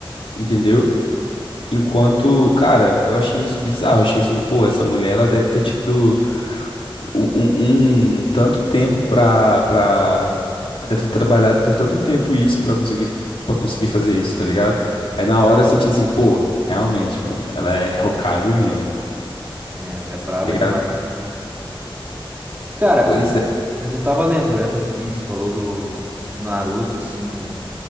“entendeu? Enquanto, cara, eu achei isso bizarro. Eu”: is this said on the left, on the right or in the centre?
Left